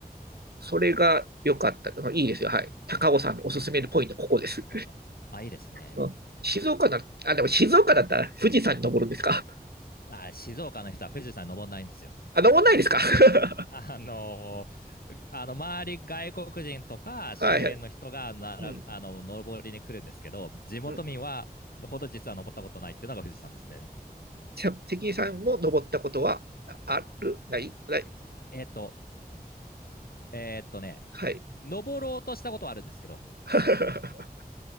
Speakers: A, on the right; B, on the left.
A: それが良かった。いいですよ。はい。高尾さんのおすすめのポイント、
B: うんうん
A: ここです。
B: 高尾さん。あ、いいですね。
A: うん、静岡なあ、でも静岡だったら富士山に登るんですか
B: あ、静岡の人は富士山登んないんですよ。
A: あ、登んないですか <laughs>
B: あのーあの周り外国人とか周辺の人が並びあの登りに来るんですけど地元民はほど実は登ったことないっていうのが富士山ですね。
A: はいはい。うん。うん。じゃ関根さんも登ったことはああるないない
B: えっとえっとね
A: はい。
B: 登ろうとしたことはあるんですけど、
A: <laughs>